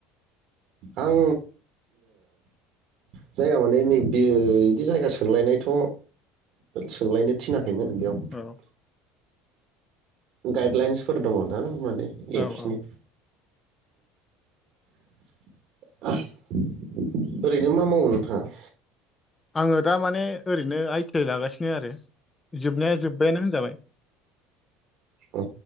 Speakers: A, on the right; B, on the left.
A: <inaudible> आं जायगा माने नै बे बिदि जायगा सोंलायनायथ' सोंलायनो थिनाखै <unintelligible>
B: औ
A: गाइडलाइन्सफोर दङ ना? माने एपसनि
B: औ औ
A: <inaudible> ओरैनो मा मावो नोंथाङा?
B: आङो दा माने ओरैनो आइ टि आइ लागासिनो आरो जोबनाया जोब्बायानो होनजाबाय
A: ओ